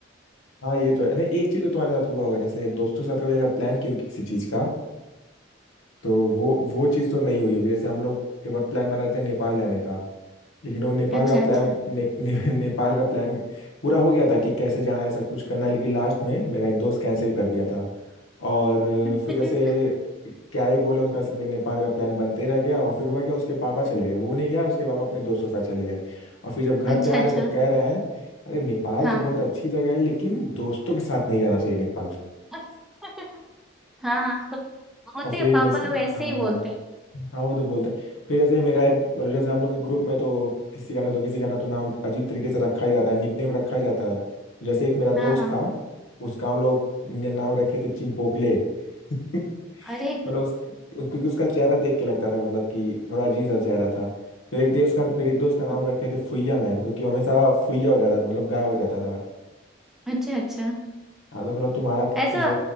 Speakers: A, on the left; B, in the centre.
A: हाँ ये तो है नहीं एक चीज तो तुम्हारे साथ हुआ होगा जैसे दोस्तों के साथ कभी अगर प्लान किया हो किसी चीज का तो वो वो चीज तो नहीं हुई होगी जैसे हम लोग एक बार प्लान बना रहे थे नेपाल जाने का लेकिन वो नेपाल
B: अच्छा
A: का प्लान
B: अच्छा
A: ने, ने, <laughs> नेपाल का प्लान पूरा हो गया था कि कैसे जाना है सब कुछ करना है लेकिन लास्ट में मेरा एक दोस्त कैंसिल कर दिया था और
B: <laughs>
A: फिर जैसे क्या ही बोले उसका से फिर नेपाल का प्लान बनते रह गया और फिर हुआ क्या उसके पापा चले गए वो नहीं गया उसके पापा अपने दोस्तों के साथ चले गए और फिर जब घर
B: अच्छा
A: पे आ
B: अच्छा
A: रहे तो कह रहे हैं अरे नेपाल
B: हाँ
A: तो बहुत अच्छी जगह है लेकिन दोस्तों के साथ नहीं जाना चाहिए नेपाल
B: <laughs> हाँ होते
A: और फिर
B: हैं पापा
A: जैसे
B: लोग ऐसे
A: हाँ
B: ही
A: हाँ
B: बोलते हैं
A: हाँ वो तो बोलते हैं फिर जैसे मेरा एक मतलब जैसे हम लोग के ग्रुप में तो किसी का ना तो किसी का ना तो नाम अजीब तरीके से रखा ही जाता है निकनेम रखा ही जाता है तो जैसे एक मेरा दोस्त
B: हाँ हाँ
A: था उसका हम लोग ने नाम रखे थे चिंपोकले <laughs>
B: अरे
A: मतलब उस क्योंकि उसका चेहरा देख के लगता था मतलब कि थोड़ा अजीब सा चेहरा था फिर एक दोस्त का फिर एक दोस्त का नाम
B: <laughs>
A: रखे थे फुइया मैन क्योंकि वो हमेशा फुइया हो जाता था मतलब गायब हो जाता था
B: अच्छा अच्छा
A: हाँ तो मतलब तुम्हारा किसी
B: ऐसा